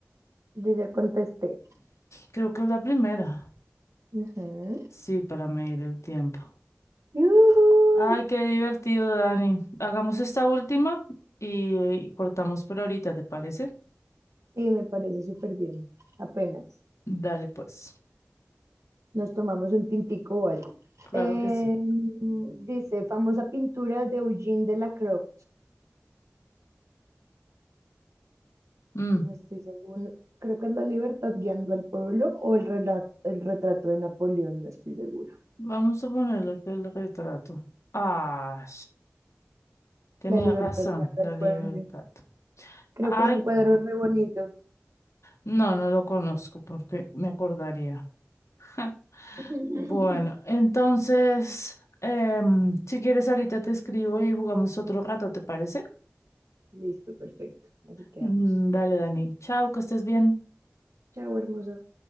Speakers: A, on the right; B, on the left.
A: Yo ya contesté.
B: Creo que es la primera.
A: Ujú.
B: Sí, para medir el tiempo.
A: Yujú.
B: Ay, qué divertido, Dani. Hagamos esta última y, y cortamos por ahorita, ¿te parece?
A: Sí, me parece súper bien. Apenas
B: Dale, pues.
A: nos tomamos un tintico o algo.
B: Claro
A: Eh,
B: que sí.
A: dice, famosa pintura de Eugene Delacroix.
B: Mm,
A: No estoy seguro. Creo que es La Libertad guiando al pueblo o el relato, el retrato de Napoleón, no estoy segura.
B: Vamos a ponerle acá el retrato. Ah, tenía
A: La Libertad
B: razón,
A: guiando
B: la
A: al
B: libertad.
A: pueblo. Creo
B: Ay,
A: que es un
B: bueno.
A: cuadro re bonito.
B: No, no lo conozco porque me acordaría. <laughs>
A: <laughs>
B: Bueno, entonces, em, si quieres ahorita te escribo y jugamos otro rato, ¿te parece?
A: Listo, perfecto. Así quedamos.
B: Mm, Dale, Dani. Chao, que estés bien.
A: Chao, hermoso.